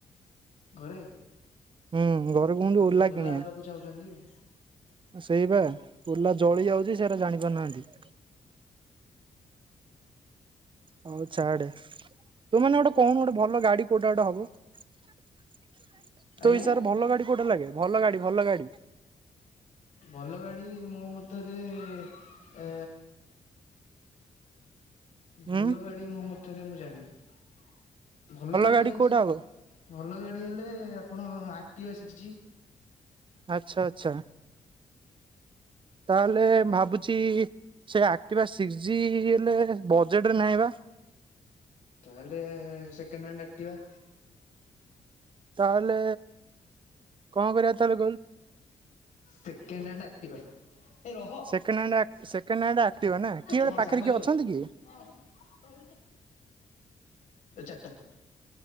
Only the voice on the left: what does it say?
ଘରେ
ଘରେ ଓଲା
ହବାକୁ ଯାଉଛନ୍ତି ଆଉ
ହୁଁ।
ହୁଁ
ଆଜ୍ଞା
ଭଲ ଗାଡ଼ି ମୋ ମତରେ ଏ ଭଲ
ଗାଡି ମୋ ମତରେ ମୁଁ ଜାଣିନି ଭଲ ଗାଡ଼ି
ଅନୁସାରେ
ଭଲ ଗାଡ଼ି ହେଲେ ଆପଣ ଆକ୍ଟିିବା ସିକ୍ସଜି
ତାହେଲେ ସେକେଣ୍ଡ ହାଣ୍ଡ ଆକ୍ଟୀବା
ସେକେଣ୍ଡ ହ୍ୟାଣ୍ଡ ଆକ୍ଟିଭା ଏ ରହ
କଣ
ସାଙ୍ଗ
ତୋର?
ପାଞ୍ଚଟା ଏ ଚାରଟା